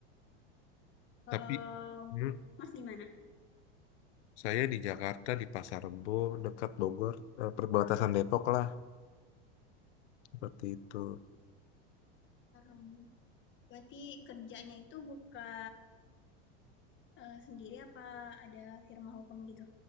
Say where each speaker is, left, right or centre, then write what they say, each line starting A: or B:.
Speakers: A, on the left; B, on the left.
A: Kalau
B: tapi hmm,
A: Mas gimana?
B: Saya di Jakarta, di Pasar Rebo, dekat Bogor, eh, perbatasan Depok lah, seperti itu.
A: Sekarang. Berarti kerjanya itu buka eh, sendiri apa ada firma hukum gitu?